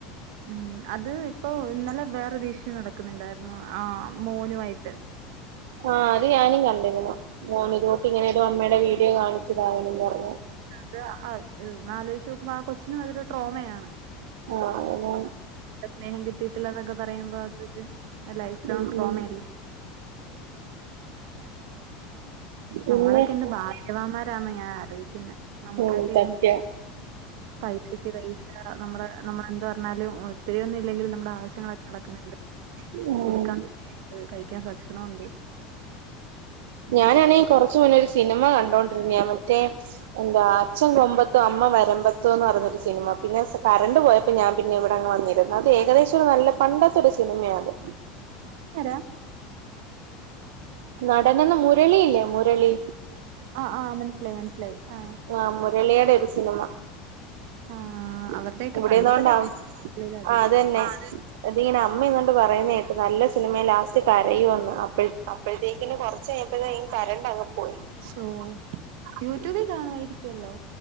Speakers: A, on the right (about 60°); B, on the right (about 80°).
A: ഉം അത് ഇപ്പൊ ഇന്നലെ വേറെ വിഷയം നടക്കുന്നുണ്ടായിരുന്നു ആഹ് മോനുമായിട്ട്
B: ആഹ് അത് ഞാനും കണ്ടിരുന്നു മോൻ ഇതോട്ട് ഇങ്ങനെ ഒരു അമ്മയുടെ വീഡിയോ കാണിച്ചതായനും പറഞ്ഞു
A: അത് ആഹ് മ് ആലോചിച്ച് നോക്കുമ്പ ആകൊച്ച ചുന് അതരു ട്രോമയാണ്
B: ആ അങ്ങനെ
A: സ്നേഹം കിട്ടീട്ടല്ലന്നൊക്കെ പറയുമ്പോ അതൊരു ലൈഫലോങ്ങ്‌
B: ഉം
A: ട്രോമയല്ലെ
B: ഉം പിന്നെ
A: നമ്മളൊക്കെ എന്ത് ഭാഗ്യവാമാരാന്ന ഞാൻ ആലോയിക്കുന്നെ നമ്മുക്കൊക്കെ
B: ഉം സത്യം
A: പൈസക്ക് പൈസ നമ്മളെ നമ്മള എന്ത് പറഞ്ഞാലും ഒത്തിരിയൊന്നും ഇല്ലെങ്കിൽ നമ്മുടെ ആവശ്യങ്ങളൊക്കെ നടക്കുന്നുണ്ട്
B: ഉം
A: ഉടുക്കാൻ തുണിയുണ്ട് കയി ക്ക ഭക്ഷണം ഉണ്ട്
B: ഞാനാണെങ്കി കൊറച്ചു മുന്നെ ഒരു സിനിമ കണ്ടോണ്ടിരുന്നിയ മറ്റേ എന്താ അച്ഛൻ കൊമ്പത്തോ അമ്മ വരമ്പത്തോ എന്ന് പറഞ്ഞൊരു സിനിമ പിന്നെ കറണ്ട് പോയപ്പോ ഞാൻ പിന്നെ ഇവിടെങ്ങ് വന്നിരുന്നു അത് ഏകദേശം നല്ല പണ്ടാത്ത ഒരു സിനിമയാണ് അത്
A: നടനെഏതാ
B: നടനന്ന മുരളിയില്ലേ മുരളി
A: ആഹ് ആഹ് മനസ്സിലായി മനസിലായി ആഹ്
B: ആഹ് മുരളിയുടെ ഒരു സിനിമ
A: ആഹ് അവരുടെയൊക്കെ
B: ഇവിടെന്നോണ്ടാ
A: പണ്ടത്തെ കഥഅ ആഹ്
B: ആ അതന്നെ
A: അതെ
B: അതിങ്ങനെ അമ്മവണ്ട് പറയുന്ന കേട്ട് നല്ല സിനിമയെ ലാസ്റ്റ് കരയുമന്ന് അപ്പ്
A: അപ്പോഴത്തേക്കിന് കുറച്ച കഴഞ്ഞപ്പോഴ കരണ്ട് അങ്ങ് പോയി ശോ. യൂട്യൂബിൽ കാണുമായിരിക്കുവല്ലോ